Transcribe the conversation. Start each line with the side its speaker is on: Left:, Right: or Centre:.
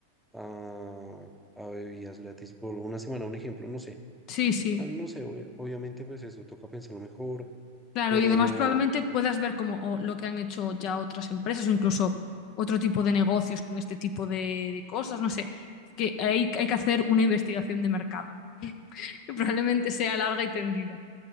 Centre: a, a bebidas gratis por una semana, un ejemplo, no sé.
Left: Sí, sí,
Centre: O sea, no sé, obvia- obviamente pues eso toca pensarlo mejor,
Left: claro.
Centre: pero,
Left: Y además probablemente puedas ver como o lo que han hecho ya otras empresas o incluso otro tipo de negocios con este tipo de, de cosas, no sé. Es que hay, hay que hacer una investigación de mercado, <laughs> que probablemente sea larga y tendida.